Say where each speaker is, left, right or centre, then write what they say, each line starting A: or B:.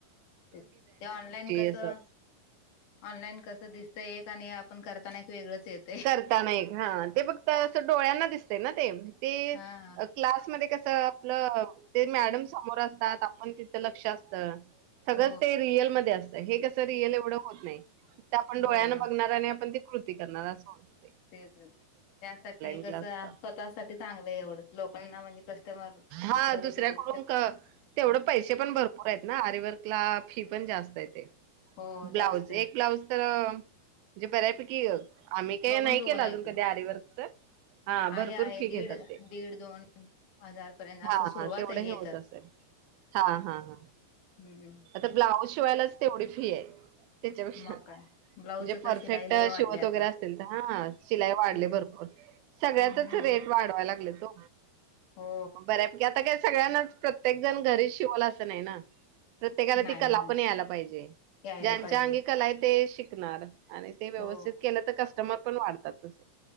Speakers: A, on the left; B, on the right.
A: ते ऑनलाईन कसं?
B: असं.
A: ऑनलाईन कसं, दिसतं एक आणि आपण करताना एक वेगळंच येत.
B: बघता नाही येत. ते फक्त असं डोळ्यांना दिसतय ना ते. ते
A: हा
B: क्लासमध्ये कसं, आपलं ते मॅडम समोर असतात. आपण तिथं लक्ष असतं सगळं
A: हो
B: ते रियलमध्ये असतय. हे कसं, रियल एवढं होत नाही. फक्त आपण
A: हो
B: डोळ्यानं बघणार, आणि आपण ते कृती करणार, असं होतय.
A: तेच तर. ते त्यासाठी
B: क्लासच
A: कसं, स्वतःसाठी चांगलंय एवढं. लोकांना म्हणजे कस्टमर
B: हा
A: धरू
B: दुसऱ्याकडून
A: दे. <unintelligible>
B: क- तेवढं पैसे पण भरपूरयत ना? आरीवर्कला, फी पण जास्त येते.
A: हो
B: ब्लाऊज.
A: जास्त आहे
B: एक ब्लाऊज तरं, म्हणजे बऱ्यापैकी आम्ही कायी
A: बघून
B: नाही
A: बघून
B: केलं,
A: आहे
B: अजून
A: ते
B: कधी आरीवर्कच. हा, भरपूर
A: आहे आहे
B: फी घेतात
A: दीड
B: ते.
A: दीड दोन हजार पर्यंत
B: हा,
A: असं सुरुवात
B: हा. तेवढं
A: आहे
B: हे होत
A: तर
B: असेल. हा, हा, हा.
A: हम्म
B: आता ब्लाऊज शिवायलाच तेवढी फीय. त्याच्यापेक्षा,
A: मग काय ब्लाऊजच
B: जे
A: तर
B: परफेक्ट
A: शिलाई लय वाढली
B: शिव
A: आता
B: वगरे असेल तर, हा. शिलाई वाढलीय
A: हम्म
B: भरपूर. सगळ्याचच
A: हम्म
B: रेट वाढवाय लागल्यात ओ.
A: हो
B: बऱ्या की आता काही सगळ्यांनाच, प्रत्येक जण घरीच शिवल असं, नाही ना? प्रत्येकाला
A: नाही
B: ती कला
A: नाही
B: पण यायला पाहिजे.
A: यायला
B: ज्यांच्या
A: पाहिजे
B: अंगी कलाय ते शिकणार. आणि ते व्यवस्थित
A: हो
B: केलं तर, कस्टमर पण वाढतातच.